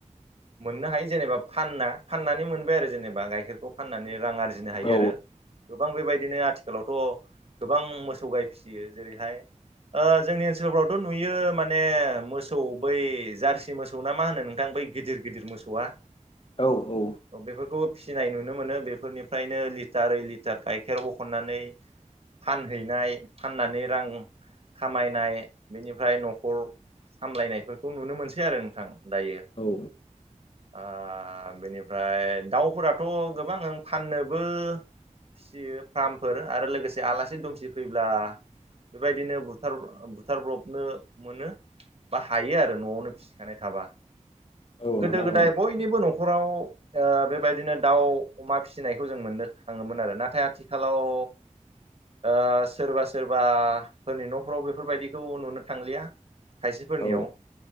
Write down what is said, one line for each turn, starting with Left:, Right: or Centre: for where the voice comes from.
Right: मोननो हायो जेनेबा फानना फाननानै मोनबाय आरो जेनेबा गाइखेरखौ फाननानै राङारि बुजिनो हायो
Left: औ
Right: आरो गोबां बेबायदिनो आथिखालावथ' गोबां मोसौ गाय फिसियो जेरैहाय ओ जोंनि ओनसोलफ्रावथ' नुयो माने मोसौ बै जारसि मोसौ ना मा होनो नोंथां बै गिदिर गिदिर मोसौआ
Left: औ औ
Right: औ बेफोरखौ फिसिनाय नुनो मोनो बेफोरनिफ्रायनो लिटार ओइ लिटार गाइखेर बखननानै फानहैनाय फाननानै रां खामायनाय बेनिफ्राय नखर सामलायनायफोरखौ नुनो मोनसै आरो नोंथां। दायो
Left: औ
Right: ओ बेनिफ्राय दाउफोराथ' गोबां फाननोबो फिसियो फ्रामफोर आरो लोगोसे आलासि दुमसि फैब्ला बेबायदिनो बुथार बुथारब्रबनो मोनो बा हायो आरो न'वावनो फिसिखानाय थाबा
Left: औ
Right: गोदो
Left: नोंथां
Right: गोदाय बयनिबो नखराव ओ बेबायदिनो दाउ अमा फिसिनायखौ जों मोननो थाङोमोन आरो नाथाय आथिखालाव ओ सोरबा सोरबाफोरनि न' फ्राव बेफोरबायदिखौ नुनो थांलिया खायसेफोरनियाव
Left: औ